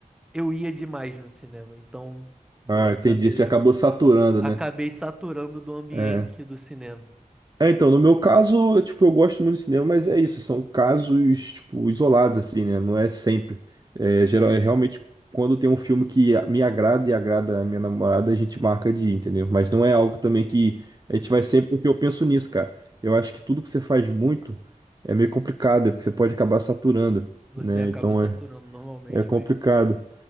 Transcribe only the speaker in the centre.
eu ia demais no cinema. Então
eu acabei
acabei
saturando do ambiente
do cinema.
Você
acaba
saturando
normalmente
mesmo.